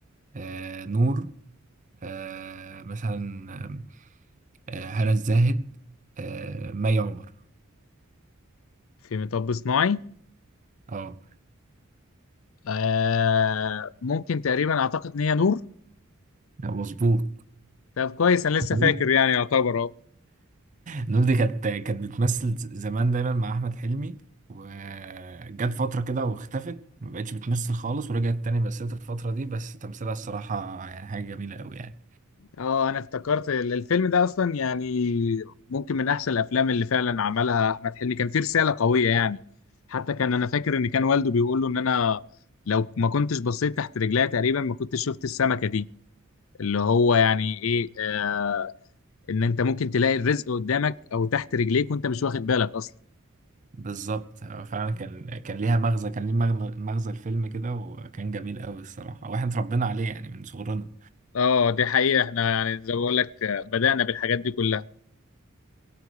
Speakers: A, on the right; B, on the left.
A: آه، نور آه، مثلا آه، هنا الزاهد آه، مي عمر
B: في مطب صناعي
A: اه
B: آه ممكن تقريبا اعتقد ان هي نور
A: مظبوط
B: طب كويس انا لسه فاكر
A: نور
B: يعني يعتبر اهو
A: نور دي كانت كانت بتمثل زمان دايما مع احمد حلمي وجت فترة كده واختفت ما بقتش بتمثل خالص ورجعت تاني مثلت الفترة دي بس تمثيلها الصراحة يعني حاجة جميلة قوي يعني
B: اه انا افتكرت ال- الفيلم ده اصلا يعني ممكن من احسن الافلام اللي فعلا عملها احمد حلمي كان فيه رساله قويه يعني حتى كان انا فاكر ان كان والده بيقول له ان انا لو ما كنتش بصيت تحت رجليا تقريبا ما كنتش شفت السمكه دي اللي هو يعني ايه آه ان انت ممكن تلاقي الرزق قدامك او تحت رجليك وانت مش واخد بالك اصلا
A: بالظبط هو فعلا كان كان ليها مغزى كان ليه مغ- مغزى الفيلم كده وكان جميل قوي الصراحة واحنا اتربينا عليه يعني من صغرنا
B: اه دي حقيقه احنا يعني زي ما بقول لك آه، بدانا بالحاجات دي كلها